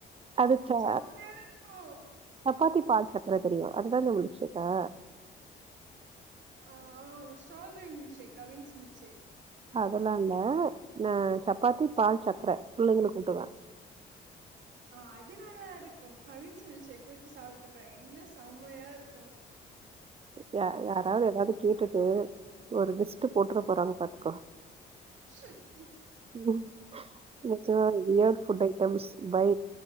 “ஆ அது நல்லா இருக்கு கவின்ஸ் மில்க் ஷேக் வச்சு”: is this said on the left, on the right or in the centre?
Right